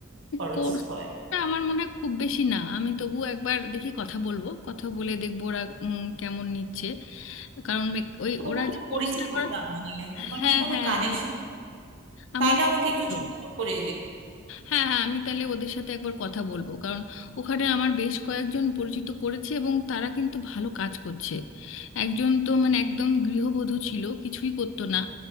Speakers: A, on the right; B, on the left.
A: খরচ
B: কোর্সটা
A: হয়
B: আমার মনে হয় খুব বেশি না আমি তবু একবার দেখি কথা বলবো কথা বলে দেখবো ওরা উম, কেমন নিচ্ছে কারণ মেক- ওই
A: তোমার
B: ওরা
A: কি
B: যে কোর্সটা
A: পরিচিত
B: করে
A: ওরা মানে তোমার
B: হ্যাঁ
A: কি কোনো
B: হ্যাঁ
A: কানেকশন
B: হ্যাঁ আমার
A: তাইলে
B: পছন্দ।
A: আমাকে একটু যোগাযোগ করিয়ে দিবে
B: হ্যাঁ হ্যাঁ আমি তাহলে ওদের সাথে একবার কথা বলবো কারণ ওখানে আমার বেশ কয়েকজন পরিচিত করেছে এবং তারা কিন্তু ভালো কাজ করছে একজন তো মানে একদম গৃহবধূ ছিল কিছুই করতো না